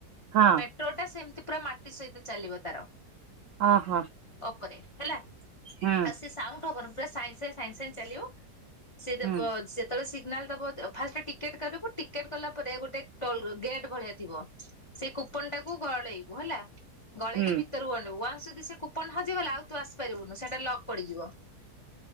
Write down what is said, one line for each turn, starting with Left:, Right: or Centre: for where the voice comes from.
Right: ହଁ
Left: ମେଟ୍ରୋଟା ସେମିତି ପୁରା ମାଟି ସହିତ ଚାଲିବ ତାର।
Right: ଅହ
Left: ଅପରେ ହେଲା
Right: ହୁଁ
Left: ଆ ସେ ସାଉଣ୍ଡ ହବନି ପୂରା ସାଇଁ ସାଇଁ ସାଇଁ ଚାଲିବ ସେ ଯେପ
Right: ହୁଁ
Left: ଯେତେବେଳେ ନେଲେ ତ ଫା ଟିକେଟ କରିବୁ ଟିକେଟ କଲା ପରେ ଗୋଟେ ଗେଟ୍ ଭଳିଆ ଥିବ ସେ କୁପନ ଟାକୁ ଗଳେଇବୁ ହେଲା। ଗଳେଇକି
Right: ହୁଁ
Left: ଭିତରକୁ ବଣବ ୱାନ୍ସ ଯଦି ସେ କୁପନ ହଜିଗଲା ଆଉ ତୁ ଆସିପାରିବୁନୁ ସେଇଟା ଲଗ ପଡିଯିବ।